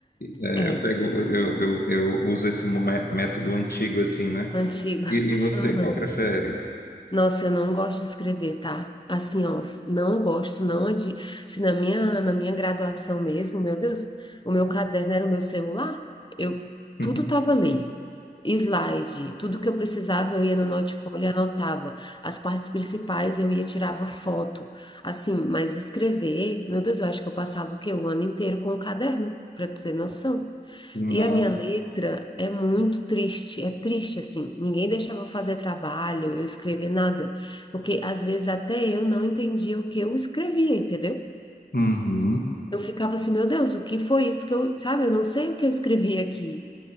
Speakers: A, on the left (about 60°); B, on the left (about 25°).
A: é,
B: É.
A: eu pego, eu, eu, eu uso esse mé- método antigo assim, né?
B: Antigo.
A: E, e você,
B: Aham.
A: qual prefere?
B: Nossa, eu não gosto de escrever, tá? Assim, ó, não gosto, não é de. Se na minha, na minha graduação mesmo, meu Deus, o meu caderno era o meu celular, eu
A: <laughs>
B: tudo tava ali. Slide, tudo que eu precisava, eu ia no Notebook e anotava. As partes principais eu ia tirava foto. Assim, mas escrever, meu Deus, eu acho que eu passava o quê? O ano inteiro com o caderno, para tu ter noção.
A: Nossa.
B: E a minha letra é muito triste, é triste assim. Ninguém deixava eu fazer trabalho, eu escrever nada, porque às vezes até eu não entendia o que eu escrevia, entendeu?
A: Uhum.
B: Eu ficava assim, meu Deus, o que foi isso que eu, sabe? Eu não sei o que eu escrevi aqui,